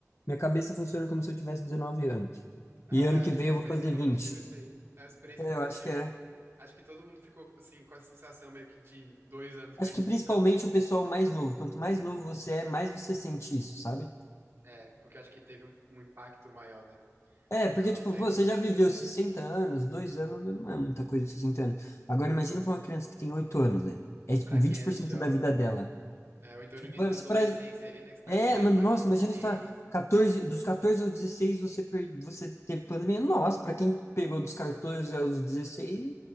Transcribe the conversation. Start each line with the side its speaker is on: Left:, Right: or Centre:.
Left: minha cabeça funciona como se eu tivesse 19 anos,
Right: É,
Left: e ano
Right: acho
Left: que vem
Right: que é
Left: eu
Right: uma experiência
Left: vou fazer
Right: coletiva
Left: 20.
Right: isso aí. É uma experiência
Left: é,
Right: coletiva.
Left: eu acho que é,
Right: Acho que todo mundo ficou, assim, com essa sensação meio que de dois anos
Left: acho
Right: perdidos,
Left: que principalmente
Right: sabe?
Left: o pessoal mais novo, quanto mais novo você é, mais você sente isso, sabe?
Right: É, porque acho que teve um, um impacto maior, né?
Left: É, porque,
Right: Não,
Left: tipo,
Right: sem
Left: pô,
Right: dúvida.
Left: você já viveu 60 anos, dois anos não é muita coisa, 60 anos. Agora, imagina pra uma criança que tem 8 anos, velho. É, tipo,
Right: Pra
Left: vinte
Right: quem é
Left: por
Right: jovem,
Left: cento da vida dela.
Right: é, ou então no início
Left: Você
Right: da adolescência
Left: pra-
Right: ali, né, que você tá
Left: É,
Right: criando
Left: mano,
Right: mais
Left: nossa,
Right: uma consciência.
Left: imagina você tá 14, dos 14 aos 16 você, per... você teve pandemia. Nossa, pra quem pegou dos 14 aos 16